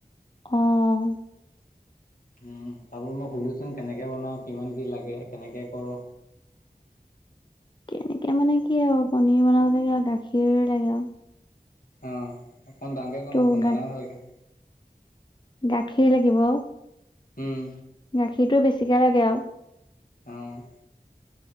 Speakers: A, on the left; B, on the left.
A: অ'।
B: হম, তা বল মই সুধিছোঁ, কেনেকে বনাওঁ, কিমান কি লাগে, কেনেকে কৰ'।
A: কেনেকে মানে কি আৰু পনীৰ বনাব লাগে আৰু গাখীৰ লাগে আৰু।
B: অ', অকণ ডাঙৰকে ক'
A: ত'
B: মই শুনা
A: গা
B: নাই ভালকে।
A: গাখীৰ লাগিব।
B: উম।
A: গাখীৰটো বেছিকে লাগে আৰু।
B: অ'।